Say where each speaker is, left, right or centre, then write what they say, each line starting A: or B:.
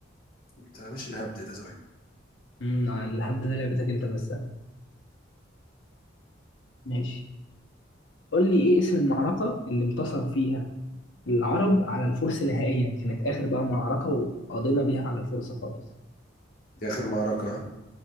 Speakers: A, on the left (about 50°); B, on the left (about 70°).
A: انت يا باشا الهبد ده صحيح
B: امم الهبد ده لعبتك انت بس ماشي قول لي ايه اسم المعركة اللي انتصر فيها العرب على الفرس نهائيا كانت اخر بقى معركة وقضينا بيها على الفرس خالص
A: دي آخر معركة ها؟